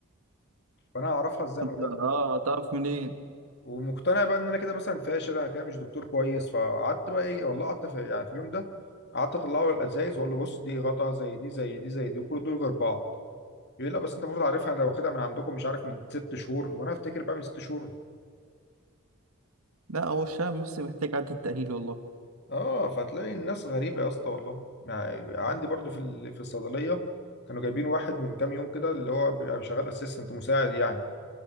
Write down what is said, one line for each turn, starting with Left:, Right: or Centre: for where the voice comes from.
Left: فانا اعرفها ازاي
Right: فانت
Left: من الغطا
Right: اه هتعرف منين
Left: ومقتنع بقى ان انا كده مثلا فاشل انا كده مش دكتور كويس فقعدت بقى ايه والله قعدت في... يعني في اليوم ده قعدت اطلعه الازايز واقول له بص دي غطا زي دي زي دي زي دي كل دول غير بعض يقول لا بس انت برضه عارفها انا واخدها من عندكم مش عارف من ست شهور وانا افتكر بقى من ست شهور
Right: لا هو الشعب المصري محتاج عدة تأهيل والله
Left: اه فتلاقي الناس غريبه يا اسطى والله يعني عندي برضه في ال- في الصيدليه كانوا جايبين واحد من كام يوم كده اللي هو بيبقى شغال اسيستنت مساعد يعني